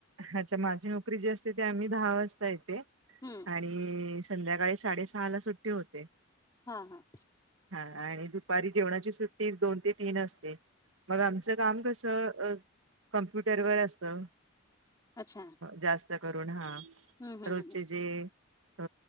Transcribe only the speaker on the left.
हम्म
हा हा
अच्छा
हम्म हम्